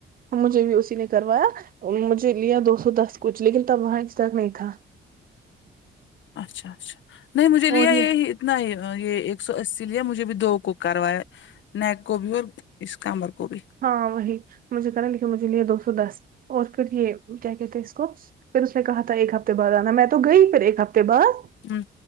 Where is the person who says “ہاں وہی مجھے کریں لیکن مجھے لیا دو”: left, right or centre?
Right